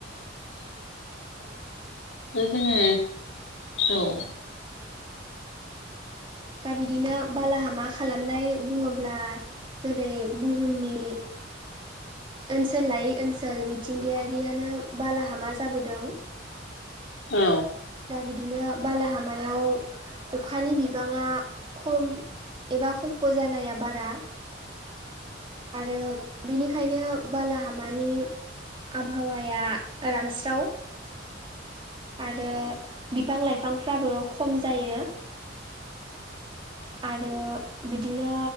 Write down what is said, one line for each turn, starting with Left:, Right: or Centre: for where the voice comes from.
Left: दा जोङो औ
Right: दा बिदिनो बालाहामा खालामनाय बुङोब्ला जेरै बुहुमनि ओनसोल लायै ओनसोल मिथिंगायारियानो बालाहामा जाबोदों।
Left: औ
Right: दा बिदिनो बालाहामायाव अखानि बिबाङा खम एबा खफ' जानाया बारा आरो बिनिखायनो बालाहामानि आबहावाया रानस्राव आरो बिफां-लाइफांफ्राबो खम जायो। आरो बिदिनो